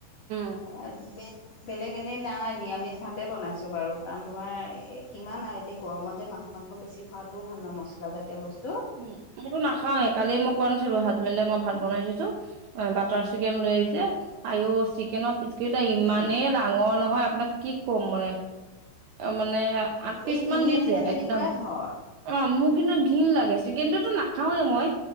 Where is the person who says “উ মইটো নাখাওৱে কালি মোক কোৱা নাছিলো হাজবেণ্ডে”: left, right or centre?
Right